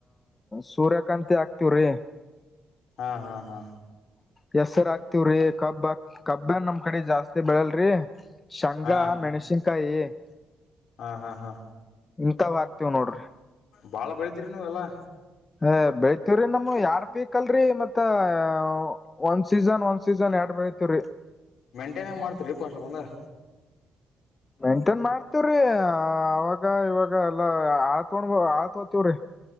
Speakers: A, on the left; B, on the left.
A: ಸೂರ್ಯಕಾಂತಿ ಆಕ್ತಿವ್ರಿ.
B: ಹಾಂ ಹಾಂ ಹಾಂ.
A: ಹೆಸರು ಆಕ್ತಿವ್ರಿ ಕಬ್ಬ ಕಬ್ಬ ನಮ್ ಕಡೆ ಜಾಸ್ತಿ ಬೆಳಲ್ರಿ. ಶಂಗಾ
B: ಹಾ
A: ಮೆಣಸಿನ್ಕಾಯಿ. <inaudible>
B: ಹಾ ಹಾ ಹಾ.
A: ಇಂತಾವ ಹಾಕ್ತಿವ್ ನೋಡ್ರಿ.
B: ಬಾಳ ಬೆಳತಿರಿ ನೀವ ಎಲ್ಲಾ.
A: ಹಾ ಬೆಡ್. ತವ್ರೀ ನಮವು ಯಾಡ ಪೀಕ್ ಅಲ್ರಿ ಮತ್ತೆ. ಮತ್ತ ಒಂದ್ ಸೀಸನ್ ಒಂದ್ ಸೀಸನ್ ಎರಡ್ ಬೆಳತಿವ್ರಿ.
B: ಮೇಂಟೈನ ಹೆಂಗ ಮಾಡ್ತೀರಿ ಏಪ್ಪ್ ಅಸ್ಟ್ ಬಂದಗ.
A: ಮೇಂಟೇನ್ ಮಾಡ್ತವ್ರಿ ಅವಾಗ ಇವಾಗ ಎಲ್ಲಾ ಆಳ ತೊಂಡ್ ಆಳ ತಗೊಂತೀವ್ರಿ.